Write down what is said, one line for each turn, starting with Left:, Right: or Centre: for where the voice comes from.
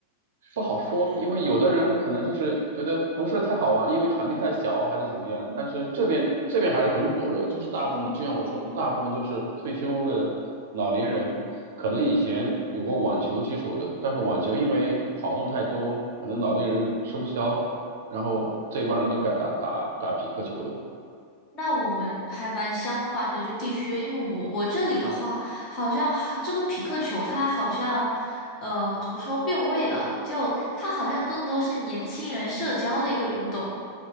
Right: 不好说，因为有的人可能就是觉得不是太好玩，因为场地太小还是怎么样。但是这边这边还是很火热，就是大部分就像我说的，大部分都是退休的老年人，可能以前有过网球基础的，但是网球因为跑动太多，可能老年人吃不消，然后这一帮人都改打打打匹克球了。
Left: 那我们还蛮相反的，就地区，因为我我这里的话，好像还这个匹克球它好像，呃，怎么说变味了？就它好像更多是年轻人社交的一个运动。